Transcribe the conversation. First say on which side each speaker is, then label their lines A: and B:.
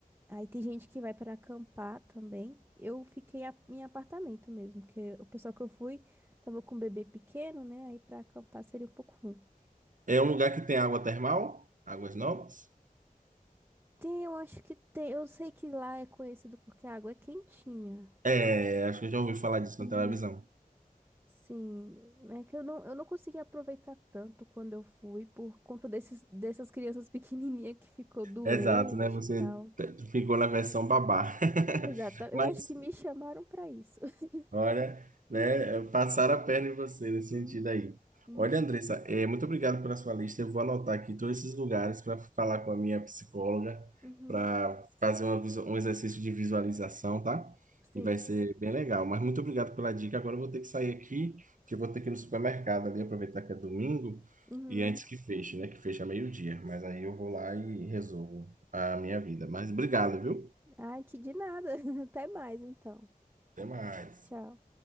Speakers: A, on the right; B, on the right.
A: Aí tem gente que vai para acampar também. Eu fiquei a- em apartamento mesmo, porque o pessoal que eu fui tava com um bebê pequeno, né? Aí pra acampar seria um pouco ruim.
B: É um lugar que tem água termal? Águas Novas?
A: Tem, eu acho que tem. Eu sei que lá é conhecido porque a água é quentinha.
B: É, acho que eu já ouvi falar disso
A: Uhum.
B: na televisão.
A: Sim, é que eu não, eu não consegui aproveitar tanto quando eu fui por conta desses, dessas crianças pequenininhas que ficou doente
B: Exato, né? Você
A: e tal.
B: t- ficou na versão babá. <laughs>
A: Exato, eu
B: Mas
A: acho que me chamaram pra isso. <laughs>
B: Olha, né, passaram a perna em você nesse
A: Hum,
B: sentido aí.
A: Uhum,
B: Olha, Andressa, é, muito obrigado pela sua lista. Eu vou anotar aqui todos esses lugares para falar com a minha psicóloga,
A: uhum,
B: para fazer uma visu- um exercício de visualização, tá?
A: sim.
B: E vai ser bem legal. Mas muito obrigado pela dica. Agora eu vou ter que sair aqui, que eu vou ter que ir no supermercado ali, aproveitar que é domingo,
A: Uhum.
B: e antes que feche, né? Que fecha meio-dia. Mas aí eu vou lá e resolvo a minha vida. Mas obrigado, viu?
A: Ai, que de nada. <laughs> Até mais então.
B: Até mais.
A: Tchau.